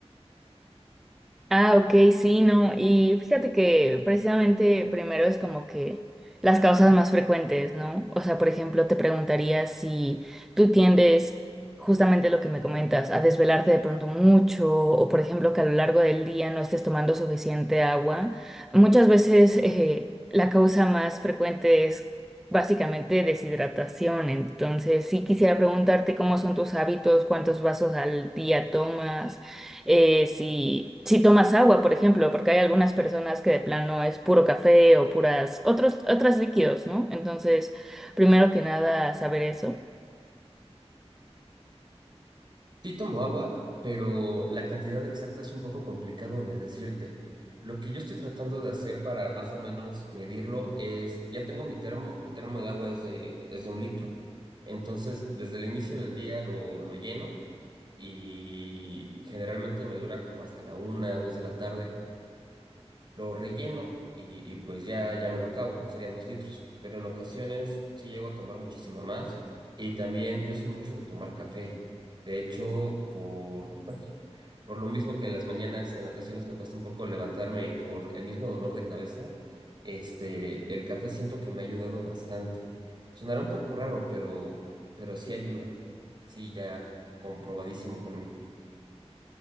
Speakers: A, in the centre; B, on the right.
A: Ah, ok, sí, no. Y fíjate que precisamente primero es como que las causas más frecuentes, ¿no? O sea, por ejemplo, te preguntaría si tú tiendes justamente lo que me comentas, a desvelarte de pronto mucho, o por ejemplo que a lo largo del día no estés tomando suficiente agua. Muchas veces eh, la causa más frecuente es básicamente deshidratación. Entonces, sí quisiera preguntarte cómo son tus hábitos, cuántos vasos al día tomas eh, si, si tomas agua, por ejemplo, porque hay algunas personas que de plano es puro café o puras, otros, otros líquidos, ¿no? Entonces, primero que nada, saber eso.
B: Sí tomo agua, pero la cantidad exacta es un poco complicado de decirte. Lo que yo estoy tratando de hacer para más o menos medirlo es, ya tengo mi termo, mi termo de agua es de, es de un litro. Entonces, desde el inicio del día lo, lo lleno y generalmente me dura como hasta la una, dos de la tarde. Lo relleno y, y pues ya, ya me lo acabo, serían dos litros. Pero en ocasiones sí llego a tomar muchísima más y también yo soy mucho de tomar café. De hecho, por, <clears throat> <laughs> por lo mismo que en las mañanas en ocasiones me cuesta un poco levantarme y por el mismo dolor de cabeza, este, el café siento que me ha ayudado bastante. Sonará un poco raro, pero, pero sí ayuda. Sí, ya comprobadísimo por mí.